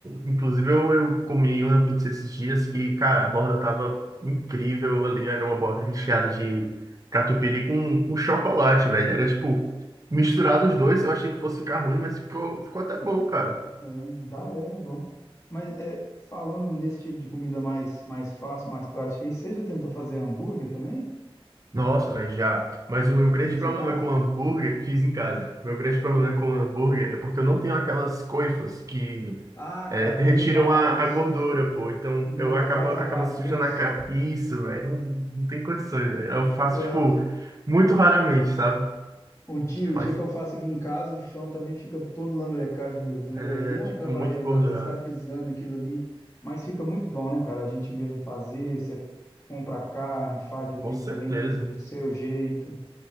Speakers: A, on the right (about 35°); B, on the left (about 30°).
A: Inclusive, eu, eu comi uma pizza esses dias que, cara, a borda tava incrível ali. Era uma borda recheada de catupiry com, com chocolate, velho. Era tipo, misturado os dois. Eu achei que fosse ficar ruim, mas ficou, ficou até bom, cara.
B: É, dá, é, é bom. Mas é, falando nesse tipo de comida mais, mais fácil, mais prática, aí, você já tentou fazer hambúrguer também?
A: Nossa, velho, já. Mas o meu
B: Já
A: grande
B: fez
A: problema
B: em casa?
A: com hambúrguer, fiz em casa. Meu grande problema
B: Ah,
A: com hambúrguer é porque eu não tenho aquelas coifas que
B: Ah,
A: é,
B: cara,
A: <laughs>
B: eu
A: retiram
B: ia falar
A: a,
B: isso.
A: a gordura, pô. Então
B: Mo-
A: eu acabo,
B: faz
A: acabo
B: uma bagunça.
A: sujando a cara. Isso, velho, não, não tem condições, velho. Eu faço,
B: É,
A: tipo, muito raramente, sabe?
B: o dia, o
A: Mas
B: dia que eu faço aqui em casa, o chão também fica todo lambrecado de gordura
A: é,
B: e é a
A: fico
B: trabalheira,
A: muito engordurado.
B: né? Você está pisando aquilo ali, mas fica muito bom, né, cara? A gente mesmo fazer, você compra a carne, faz ali
A: Com
B: o
A: certeza.
B: blend do seu jeito